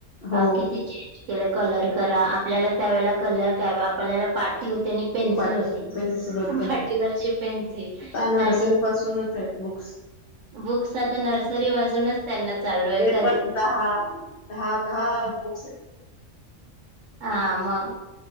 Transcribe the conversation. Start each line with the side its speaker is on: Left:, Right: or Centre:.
Right: अ
Left: हो
Right: किती चेंज! त्याला कलर करा आपल्याला त्यावेेळेला कलर का आपल्याला पाटी होते आणि पेन्सिल
Left: उपाट
Right: होती
Left: पेन्सिल होत
Right: पाटीवरची पेन्सिल
Left: का नर्सरी
Right: आणि
Left: पासूनच आहेत बुक्स
Right: बुक्स आता नर्सरी पासूनच त्यांना चालू आहेत.
Left: ते पण दहा दहा बुक्स आहेत.
Right: हा मग